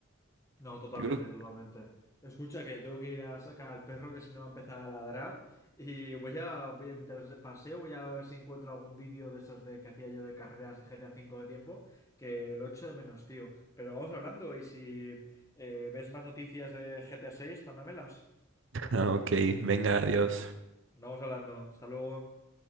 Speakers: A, on the left; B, on the right.
A: No, totalmente,
B: Yo creo que...
A: totalmente.
B: <laughs>
A: Escucha que tengo que ir a sacar al perro que si no va a empezar a ladrar. Y voy a, voy a mientras paseo, voy a ver si encuentro algún vídeo de esos de que hacía yo de carreras de GTA V de tiempo, que lo echo de menos, tío. Pero vamos hablando y si eh, ves más noticias de GTA 6, mándamelas.
B: Ah, Ok, venga, adiós.
A: vamos hablando. Hasta luego.